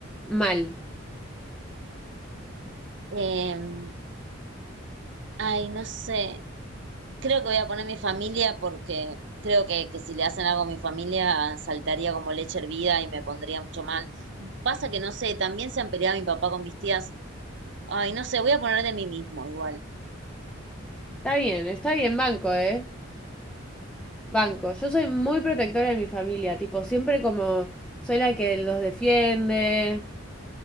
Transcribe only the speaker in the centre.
Mal.
Está bien, está bien, banco, ¿eh? Banco. Yo soy muy protectora de mi familia, tipo, siempre como soy la que los defiende.